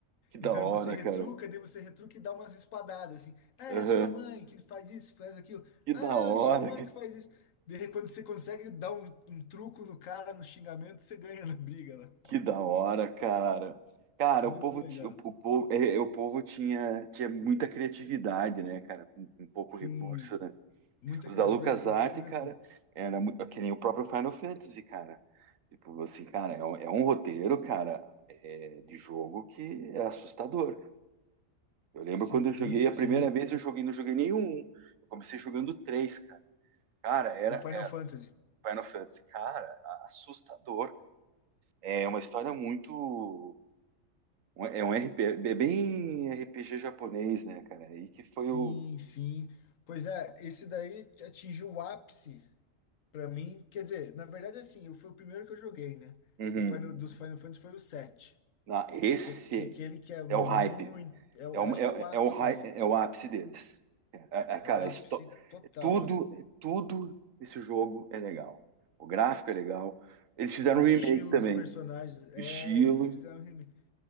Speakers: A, on the right; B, on the left.
A: Que da
B: Então
A: hora,
B: você retruca,
A: cara.
B: daí você retruca e dá umas espadadas assim. Ah, é
A: Aham.
B: sua mãe que faz isso, faz aquilo.
A: Que
B: Ah,
A: da
B: não,
A: hora.
B: e sua mãe
A: <laughs> ca-
B: que faz isso. Daí quando você consegue dar um, um truco no cara, no xingamento, você ganha na briga
A: Que
B: lá.
A: da hora, cara. Cara,
B: Muito
A: o povo,
B: legal.
A: ti- o, o povo, é, é, o povo tinha, tinha muita criatividade, né, cara? Com, com pouco recurso,
B: Sim,
A: né?
B: muita
A: Os
B: criatividade
A: da LucasArts,
B: com pouco recurso.
A: cara, era mu- é que nem o próprio Final Fantasy, cara. Tipo, assim, cara, é um, é um roteiro, cara, é, de jogo que é assustador, cara. Eu lembro
B: Sim,
A: quando eu joguei a
B: sim.
A: primeira vez, eu joguei, não joguei nenhum. Eu comecei jogando três, cara. Cara, era
B: O Final Fantasy.
A: Final Fantasy. Cara, assustador. É uma história muito. um, É um RPG, é bem RPG japonês, né, cara? E que foi
B: Sim,
A: o.
B: sim. Pois é, esse daí atingiu o ápice pra mim. Quer dizer, na verdade, assim, eu- foi o primeiro que eu joguei, né?
A: Uhum.
B: O Final, dos Final Fantasy foi o 7.
A: Ah, esse
B: que é, que é aquele que é muito.
A: é o hype.
B: É, o-
A: É o,
B: eu acho
A: é,
B: que é o ápice,
A: é o, hy-
B: né?
A: é o ápice deles. É, é, cara,
B: É o ápice
A: esto-
B: total,
A: tudo,
B: né?
A: tudo esse jogo é legal. O gráfico é legal. Eles fizeram
B: O estilo
A: um remake também.
B: dos personagens. É,
A: O estilo.
B: esses fizeram remi-